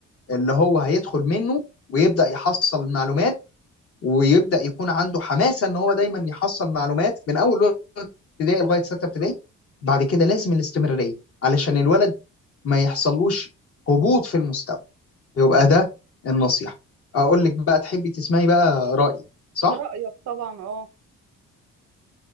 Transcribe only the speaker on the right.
رايك طبعا اه